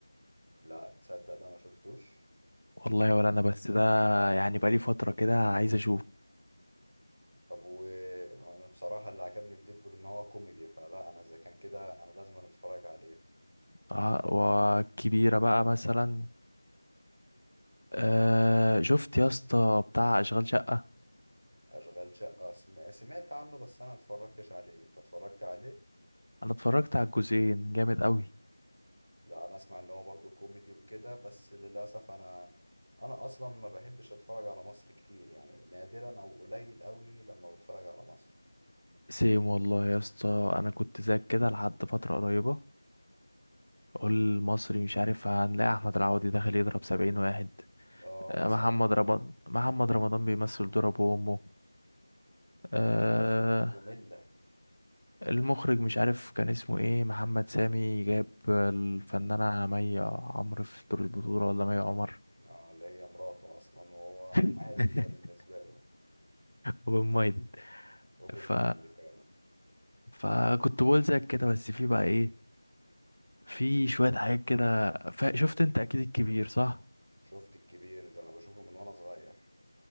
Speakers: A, on the right; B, on the left.
A: لا تصدق ده ما شفتوش
B: والله ولا انا بس ده يعني بقالي فترة كده عايز اشوف
A: طب وانا بصراحة اللي عجبني في ديدبول ان هو كوميدي فلا انا اذا كان كده انا لازم أنا اتفرج عليه
B: آه، وكبيرة بقى مثلا أه شفت يا اسطى بتاع اشغال شقة
A: اشغال شقة سم- سمعت عنه بس انا اتفرجتش عليه انت اتفرجت عليه
B: انا اتفرجت على الجزئين جامد قوي
A: لا انا اسمع ان هو برضو كوميدي وكده بس للاسف انا انا اصلا ما بحبش اتفرج على مصر كتير يعني نادرا او قليل قوي لما بتفرج على مصر
B: سيم والله يا اسطى انا كنت زيك كده لحد فترة قريبة اقول المصري مش عارف هنلاقي احمد العوضي داخل يضرب سبعين واحد
A: اه
B: أه
A: مثلا
B: محمد رمضان محمد رمضان بيمثل دور ابو امه أه
A: احداثهم مملة
B: المخرج مش عارف كان اسمه ايه محمد سامي جاب الفنانة مي عمرو في دور البطولة ولا مي عمر
A: اه اللي هي مراته اصلا وهو
B: <laughs>
A: عادي كده بالنسبة له
B: وبن مايد
A: اوبن
B: ف
A: مايند فعلا
B: فكنت بقول زيك كده بس في بقى ايه في شوية حاجات كده ف... شفت انت اكيد الكبير صح
A: شفت الكبير ده انا بشوفه من وانا صغير